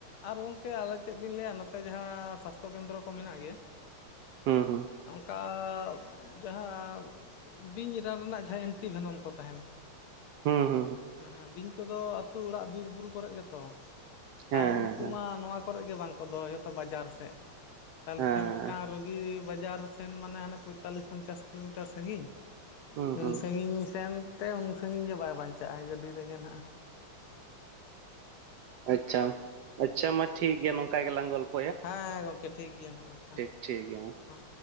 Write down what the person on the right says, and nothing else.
ᱦᱮᱸ ᱦᱮᱸ
ᱦᱮᱸᱻ
ᱦᱮᱸ
ᱦᱮᱸ
ᱦᱮᱸ
ᱦᱩᱸ
ᱦᱩᱸ
ᱟᱪᱪᱷᱟ ᱟᱪᱪᱷᱟ ᱢᱟ ᱴᱷᱤᱠ ᱜᱮᱭᱟ ᱱᱚᱝᱠᱟ ᱜᱮᱞᱟᱝ ᱜᱚᱞᱯᱚ
ᱴᱷᱤᱠ ᱜᱮᱭᱟ ᱢᱟ